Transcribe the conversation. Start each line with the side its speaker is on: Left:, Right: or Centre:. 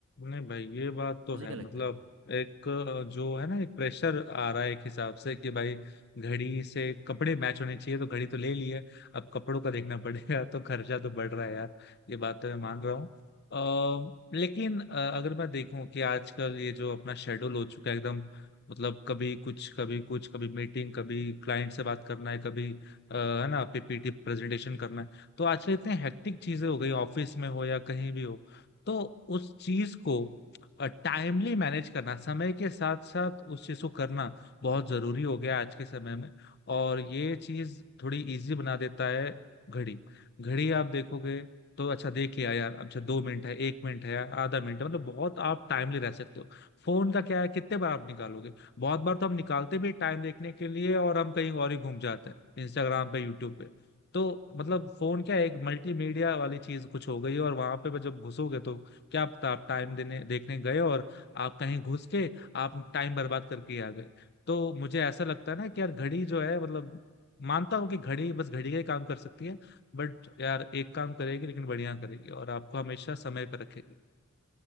Left: नहीं भाई ये बात तो
Right: तुझे
Left: है
Right: क्या लगता
Left: मतलब
Right: है
Left: एक अ, जो है ना एक प्रेशर आ रहा है एक हिसाब से कि भाई घड़ी से कपड़े मैच होने चाहिए तो घड़ी तो ले ली है अब कपड़ों का देखना <laughs> पड़ेगा तो खर्चा तो बढ़ रहा है यार ये बात तो मैं मान रहा हूँ अ, लेकिन अ, अगर मैं देखूं कि आजकल ये जो अपना शेड्यूल हो चुका है एकदम मतलब कभी कुछ कभी कुछ कभी मीटिंग कभी क्लाइंट से बात करना है कभी अ, है ना पीपीटी प्रेजेंटेशन करना है तो आजकल इतने हेक्टिक चीजें हो गई ऑफिस में हो या कहीं भी हो तो उस चीज को टाइमली मैनेज करना समय के साथ साथ उस चीज को करना बहुत जरूरी हो गया आज के समय में और ये चीज थोड़ी इजी बना देता है घड़ी घड़ी आप देखोगे तो अच्छा देख लिया यार अच्छा दो मिनट है एक मिनट है आधा मिनट है मतलब बहुत आप टाइमली रह सकते हो फोन का क्या है कितने बार आप निकालोगे बहुत बार तो हम निकालते भी टाइम देखने के लिए और हम कहीं और ही घूम जाते हैं इंस्टाग्राम पे यूट्यूब पे तो मतलब फोन क्या है, एक मल्टीमीडिया वाली चीज कुछ हो गई है और वहां पे जब घुसोगे तो क्या पता आप टाइम देने देखने गए और आप कहीं घुस के आप टाइम बर्बाद करके आ गए तो मुझे ऐसा लगता है ना कि यार घड़ी जो है मतलब मानता हूँ कि घड़ी बस घड़ी का ही काम कर सकती है बट यार एक काम करेगी लेकिन बढ़िया करेगी और आपको हमेशा समय पर रखेगी